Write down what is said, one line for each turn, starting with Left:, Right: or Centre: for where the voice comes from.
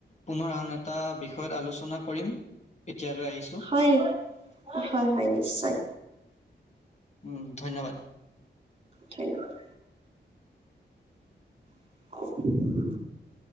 Left: পুনৰ আন এটা বিষয়ত আলোচনা কৰিম, এতিয়ালৈ আহিছোঁ
Right: হয়- হয় -হয় নি নিশ্চয়।
Left: উম, ধন্যবাদ।
Right: ধন্যবাদ। <unintelligible>